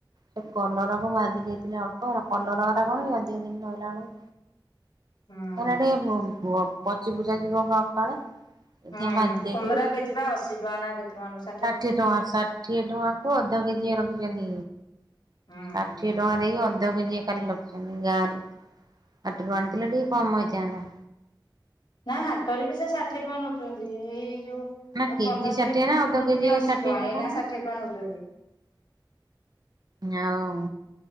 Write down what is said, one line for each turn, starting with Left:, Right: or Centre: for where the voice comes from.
Right: ସେ କଲରା କୁ ଭାଜି ଦେଇଥିଲେ ଅଳ୍ପ, କଲରା ଗରା କଣ କି, ଅଧିକ ଦିନ ରହିଲା ବେଳକୁ
Left: ହୁଁ।
Right: ଏନା ଟିକେ ପ-ପଚିପୁଚା ଯିବ କାଳେ! ସେଥିପାଇଁ
Left: ହୁଁ,
Right: ଭାଜି ଦେଇଥିଲି
Left: କଲରା କେଜି ବା ଅଶୀ ଟଙ୍କା ନା କେତେ ଟଙ୍କା ନା ଷାଠ୍
Right: ଷାଠିଏ ଟଆଁ ଷାଠିଏ ଟଆଁ କୁ ଅଧ କେଜିଏ ରଖିଛନ୍ତି।
Left: ହୁଁ
Right: ଷାଠିଏ ଟଆଁ ଦେଇକି ଅଧ କେଜିଏ ଖାଲି ରଖିଛନ୍ତି ଗାଁରୁ। ହାଟରୁ ଆଣିଥିଲେ ଟିକେ କମ୍ ହେଇଥାନ୍ତା।
Left: ନାଁ, ହାଟରେ ବି ସେ ଷାଠିଏ ଟଙ୍କା ନଉଛନ୍ତି। ହେଇ ଯୋଉ
Right: ନା
Left: ଏ
Right: କେଜି
Left: ପନ୍ଦର
Right: ଷାଠିଏ
Left: ଦିନ ପୂର୍ବରୁ
Right: ନା ଅଧ
Left: ନଉଥିଲେ
Right: କେଜି
Left: ଅଶୀ
Right: ଷାଠିଏ
Left: ଟଆଁ,
Right: ନେଲା
Left: ଏଇନା ଷାଠିଏ ଟଆଁ ନଉଛନ୍ତି।
Right: ଆଉଁ,